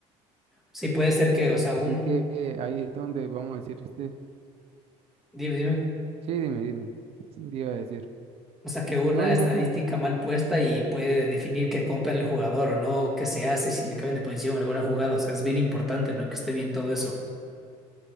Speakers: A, in the centre; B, on the right.
A: Sí, puede ser que, o sea,
B: Así
A: un...
B: que eh, ahí es donde vamos a decir, este-
A: Dime, dime.
B: sí, dime, dime, ¿qué iba a decir?
A: O sea, que una
B: No, dime
A: estadística
B: tú.
A: mal puesta y puede definir que compran el jugador o no, qué se hace, si le cambian de posición alguna jugada. O sea, es bien importante, ¿no? Que esté bien todo eso.